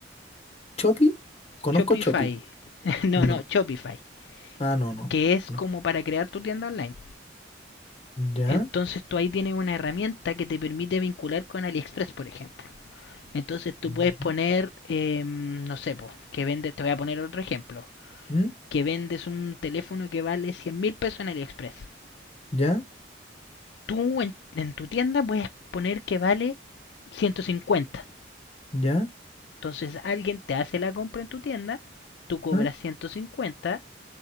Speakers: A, on the left (about 35°); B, on the left (about 65°).
A: ¿Chopi? ¿Conozco
B: Shopify,
A: Chopi?
B: <laughs> no,
A: No.
B: no, Shopify,
A: Ah, no, no.
B: que es
A: No.
B: como para crear tu tienda online.
A: Ya.
B: Entonces tú ahí tienes una herramienta que te permite vincular con AliExpress, por ejemplo. Entonces tú
A: Ujú.
B: puedes poner, eh, no sé, po, que vendes, te voy a poner otro ejemplo,
A: ¿Mm?
B: que vendes un teléfono que vale cien mil pesos en AliExpress.
A: ¿Ya?
B: Tú en, en tu tienda puedes poner que vale 150.
A: ¿Ya?
B: Entonces alguien te hace la compra en tu tienda, tú cobras
A: ¿Ah?
B: 150,